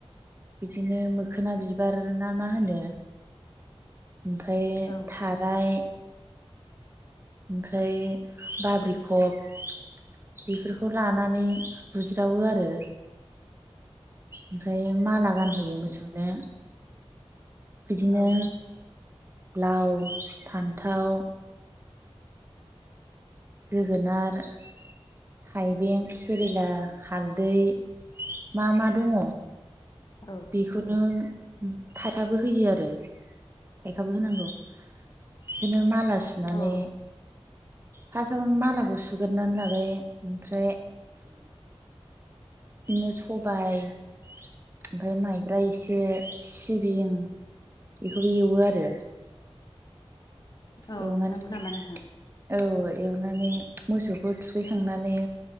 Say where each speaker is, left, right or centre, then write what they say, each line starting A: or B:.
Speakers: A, on the right; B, on the left.
A: बिदिनो मोखोना बिबार ना मा होनो? ओमफ्राय
B: औ
A: थाराय ओमफ्राय बाब्रि फब बेफोरखौ लानानै बुज्रावो आरो।
B: <inaudible>
A: ओमफ्राय माला गानह़यो
B: औ
A: मोसौनो बिदिनो
B: औ
A: लाव फान्थाव जोगोनार थाइबें केेरेला हालदै मा मा दङ
B: औ।
A: बेखौनो थाइखाबो होयो आरो थाइखाबो होनांगौ। बिदिनो माला सुनानै
B: औ
A: फासआवनो मालाखौ सुगोरनानै लाबाय ओमफ्राय बिदिनो सबाय ओमफ्राय माइब्रा एसे सिबिं बेखौबो एवो आरो।
B: औ
A: एवनानै
B: नंगौ नामा नोंथां
A: औ एवनानै मोसौखौ थुखैखांनानै